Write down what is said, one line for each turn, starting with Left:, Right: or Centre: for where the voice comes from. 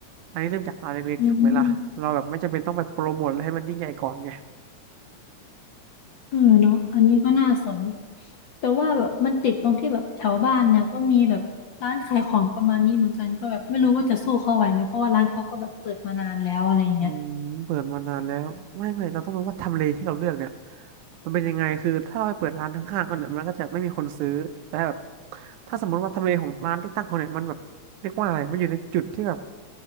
Right: อันนี้เริ่มจากร้านเล็กๆถูกไหมล่ะเราแบบไม่จำเป็นต้องไปโปรโมทอะไรให้มันยิ่งใหญ่ก่อนไง
Left: อืม เออเนาะอันนี้ก็น่าสนแต่ว่าแบบมันติดตรงที่แบบแถวบ้านเนี่ยก็มีแบบร้านขายของประมาณนี้เหมือนกันก็แบบไม่รู้ว่าจะสู้เขาไหวไหมเพราะว่าร้านเขาก็แบบเปิดมานานแล้วอะไรเงี้ย
Right: อืมเปิดมานานแล้วไม่ไม่เราต้องรู้ว่าทำเลที่เราเลือกเนี่ยมันเป็นยังไงคือถ้าเราไปเปิดร้านข้างๆกันเนี่ยมันก็จะไม่มีคนซื้อแต่แบบถ้าสมมติว่าทำเลของร้านที่ตั้งเขาเนี่ยมันแบบเรียกว่าอะไรมันอยู่ในจุดที่แบบ